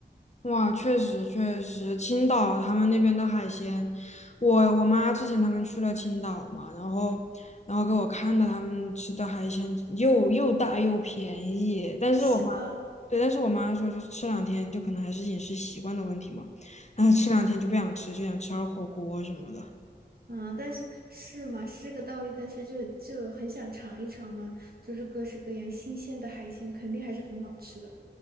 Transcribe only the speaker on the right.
是吧？
嗯，但是是嘛，是这个道理，但是就就很想尝一尝嘛，就是各式各样新鲜的海鲜，肯定还是很好吃的。